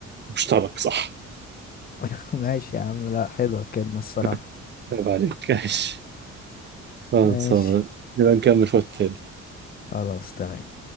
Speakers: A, on the right (about 35°); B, on the left (about 30°).
A: مشترك صح
B: <laughs> ماشي يا عم لا حلوة الكلمة الصراحة
A: <laughs> عيب عليك ماشي خلصانة
B: ماشي
A: نبقى نكمل في وقت تاني
B: خلاص تمام